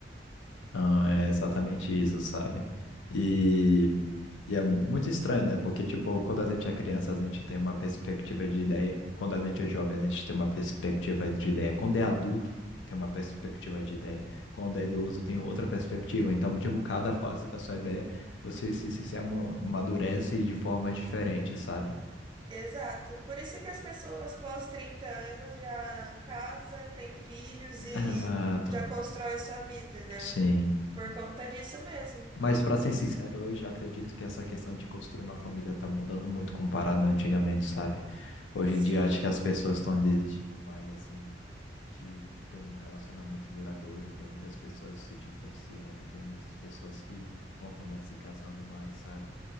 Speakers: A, on the left; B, on the right.
A: Não, é exatamente isso, sabe? E, e é muito estranho, né? Porque, tipo, quando a gente é criança, a gente tem uma perspectiva de ideia. Quando a gente é jovem, a gente tem uma perspectiva de ideia. Quando é adulto, tem uma perspectiva de ideia. Quando é idoso, tem outra perspectiva. Então, tipo, cada fase da sua ideia, você se, se, se amadurece de formas diferentes, sabe?
B: Exato. Por isso que as pessoas pós 30 anos já casa, tem filhos
A: Exato.
B: e
A: Exato.
B: já constrói a sua vida, né?
A: Sim.
B: Por conta disso mesmo.
A: Mas pra ser sincero, hoje eu acredito que essa questão de construir uma família tá mudando muito comparado a antigamente, sabe? Hoje
B: Sim.
A: em dia acho que as pessoas estão desistindo mais assim de ter um relacionamento duradouro, tem muitas pessoas se divorciando, tem muitas pessoas que não estão mais se casando mais, sabe?